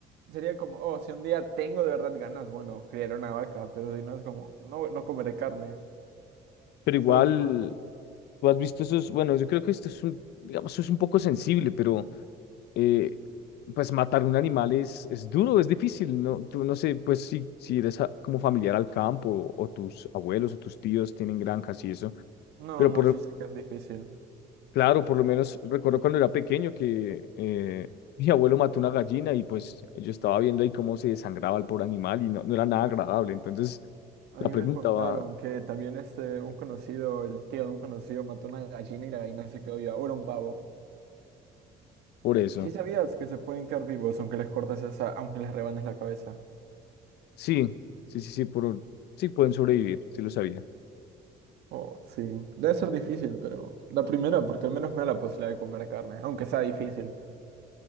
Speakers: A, on the right; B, on the left.
A: sería como, oh, si un día tengo de verdad ganas, bueno, criar una vaca, pero si no es como, no, no comeré carne,
B: Pero igual,
A: solo que... con-
B: tú has visto esos, bueno, yo creo que esto es un, digamos, es un poco sensible, pero eh, pues matar un animal es, es duro, es difícil, ¿no? Tú no sé, pues si, si eres a- como familiar al campo o tus abuelos o tus tíos tienen granjas y eso,
A: No,
B: pero
A: no,
B: por, lo-
A: sí sé que es difícil.
B: claro, por lo menos recuerdo cuando era pequeño que eh, mi abuelo mató una gallina y pues yo estaba viendo ahí cómo se desangraba el pobre animal y no, no era nada agradable, entonces
A: A
B: la
A: mí
B: pregunta
A: me contaron
B: va
A: que también este, un conocido, el tío de un conocido, mató una gallina y la gallina se quedó viva. Ahora un pavo.
B: por eso.
A: ¿Sí sabías que se pueden quedar vivos aunque les cortes esa, aunque les rebanes la cabeza?
B: Sí, sí, sí, sí, por un- sí pueden sobrevivir, sí lo sabía.
A: Oh, sí. Debe ser difícil, pero la primera, porque al menos me da la posibilidad de comer carne, aunque sea difícil.